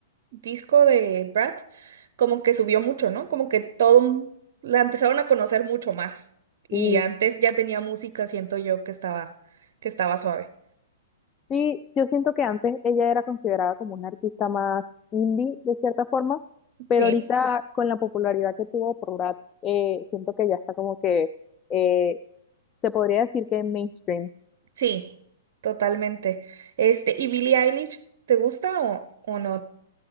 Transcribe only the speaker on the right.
disco de Brad, como que subió mucho, ¿no? Como que todo la empezaron a conocer mucho más. Y
antes ya tenía música, siento yo, que estaba que estaba suave.
Sí.
Sí, totalmente. Este, ¿y Billie Eilish te gusta o, o no?